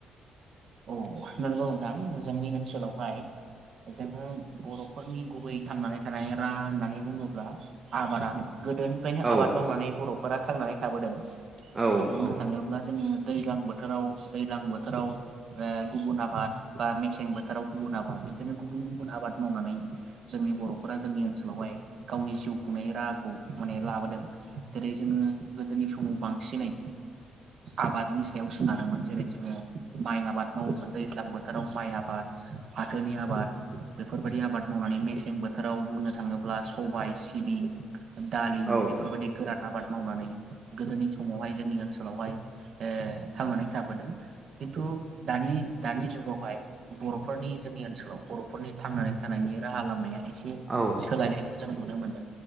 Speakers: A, on the right; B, on the right.
A: औ नंगौ नोंथां जोंनि ओनसोलावहाय जोङो बर'फोरनि गुबै थांनानै थानाय राहा होननानै बुङोब्ला आबादानो गोदोनिफ्रायनो
B: औ
A: आबाद मावनानै बर' हरा खांनानै थाबोदों
B: औ
A: बुंनो
B: औ
A: थाङोब्ला जोंङो दैज्लां बोथोराव-दैज्लां बोथोराव ओ गुबुन आबाद बा मेसें बोथोराव गुबुन आबाद बिदिनो गुबुन गुबुन आबाद मावनानै जोंनि बर'फोरा जोंनि ओनसोलावहाय गावनि जिउ खुंनायनि राहाखौ माने लाबोदों जेरै जोङो गोदोनि समाव बांसिनै आबादनि सायाव सोनारोमोन जेरै जोङो माइ आबाद आबाद मावोमोन दैज्लां बोथोराव माइ आबाद फाथोनि आबाद बेफोरबायदि आबाद मावनानै मेसें बोथोराव बुंनो थाङोब्ला सबाय सिबिं दालि
B: औ
A: बेफोरबायदि गोरा आबाद मावनानै गोदोनि समावहाय जोंनि ओनसोलावहाय ओ थांनानै थाबोदों खिन्थु दानि-दानि जुगावहाय बर'फोरनि जोंनि ओनसोलाव बर'फोरनि थांनानै थानायनि राहा लामाया एसे
B: औ
A: सोलायनाय जों नुनो मोन